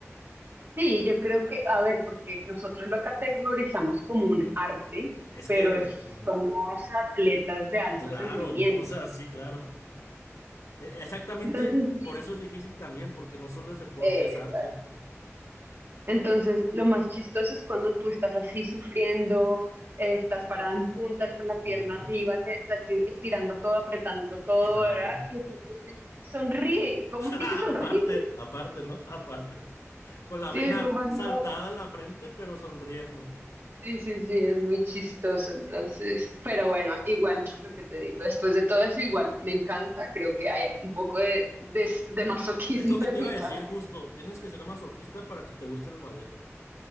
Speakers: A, on the right (about 45°); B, on the left (about 75°).
A: sí, yo creo que, a ver, porque nosotros lo categorizamos como un arte,
B: Es
A: pero
B: que,
A: es-
B: mm,
A: somos atletas de alto
B: claro,
A: rendimiento,
B: o sea, sí, claro. E- Exactamente,
A: entonces sí.
B: por eso es difícil también, porque no solo es deporte,
A: eh,
B: es arte.
A: Entonces, lo más chistoso es cuando tú estás así sufriendo, eh, estás parada en puntas con la
B: Ujú,
A: pierna arriba, te estás esti- estirando todo, apretando todo,
B: claro.
A: ¿verdad? Y después te dicen, sonríe, ¿cómo
B: <laughs>
A: así
B: Aparte,
A: que sonríe? <laughs>
B: aparte, ¿no? Aparte. Con la
A: Sí,
B: vena
A: es como no.
B: saltada en la frente, pero sonriendo.
A: Sí, sí, sí, es muy chistoso, entonces, pero bueno, igual lo que te digo, después de todo eso, igual me encanta, creo que hay un poco de, de, de masoquismo
B: Es lo
A: de
B: que te iba
A: mi
B: a
A: parte.
B: decir justo, tienes que ser masoquista para que te guste el ballet.